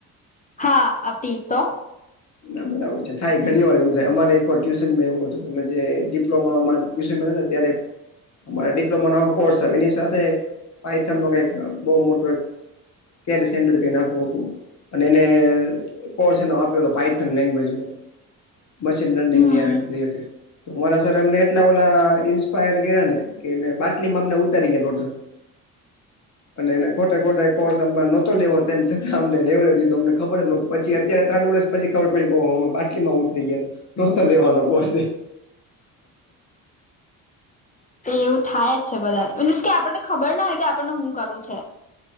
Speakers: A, on the left (about 20°); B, on the left (about 40°).
A: હા હતી તો?
B: ના બરાબર છે થાય ઘણી વાર એવું થાય અમારે એકવાર ટ્યુશનમાં એવું હતું કે જે ડિપ્લોમામાં ટ્યુશન મળે ને ત્યારે ડિપ્લોમા નવો કોર્સ એની સાથે પાઈથન નો કઈક બવ મોટો એક કે સેર કઈ નાખું હતું અને એને કોર્ષ એનો આપ્યો હતો. પાઇથન લેન્ગવેજ નો, મશીન ડેન્ડિંગ
A: હમ
B: આવે તો વર્ષ સર એમને એટલા ઓલા ઇન્સ્પાયર કર્યા ને કે બાટલી માં અમને ઉતારી ગયા ટોટલ. અને એને ખોટે ખોટા કોર્સ અમાં નહોતો લેવો તેમ અમને લેવડાઈ દીધો અમને ખબર જ પછી અત્યારે ત્રણ વર્ષ પછી ખબર પડી બાટલીમાં ઉતરી ગયા નોતો લેવાનો કોર્સ. હમ
A: એ એવું થાય જ છે બધા મીન્સ કે આપણને ખબર ના હોય કે આપણને હું કરવુ છે.